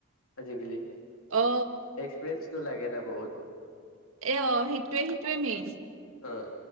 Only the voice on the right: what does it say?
অ
এ অ', সেইটোৱে মেইন।